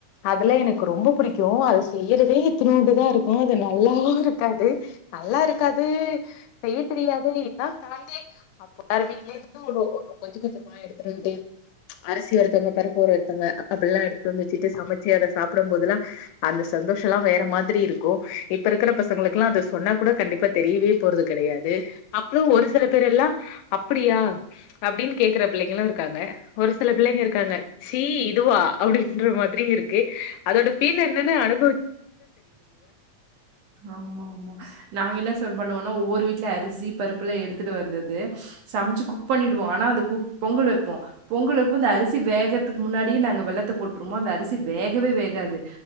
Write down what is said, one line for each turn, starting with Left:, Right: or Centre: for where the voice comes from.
Left: அதெல்லா எனக்கு ரொம்ப பிடிக்கு அது செய்யறதே த்தரோண்டுதா இருக்கு அது நல்லாவு இருக்காது நல்லா இருக்காது செய்ய தெரியாது இதல்லா தாண்டி அப்போத வீடல இருந்து ஒரு கொஞ்சோ கொஞ்சமா எடுத்துட்டே அரிசி ஒருத்தவங்க பருப்புறத்தங்க அப்பட எல்லா எடுத்து வந்து வச்சுட்டு சமைச்சு அதை சாப்பிடும் போதுல்லா அந்த சந்தோஷல்லா வேற மாதிரி இருக்கு இப்ப இருக்கிற பசங்களுக்குல்லா அத சொன்னா கூட கண்டிப்பா தெரியவே போறது கிடையாது அப்புறோ ஒரு சில பேர் எல்லா அப்படியா அப்படின்னு கேக்குற பிள்ளைங்களு இருக்காங்க ஒரு சில பிள்ளைங்க இருக்காங்க சி இதுவா அப்படின்ற மாதிரி இருக்கு அதோட ஃபீல் என்னன்னு அனு
Right: ஆமா ஆமா நாங்க என்ன சார் பண்ணுவோ ஒன்னு ஒவ்வொரு வீட்ல அரிசி பருப்புலாம் எடுத்துட்டு வந்தது சமைச்சி குக் பண்ணிடுவோ ஆனா அது குக் பொங்கல் வப்போம் பொங்கல் அப்போ அந்த அரிசி வே கறதுக்கு முன்னாடி நாங்க வெள்ளத்த போட்ருவோம அந்த அரிசி வேகவே வேகாது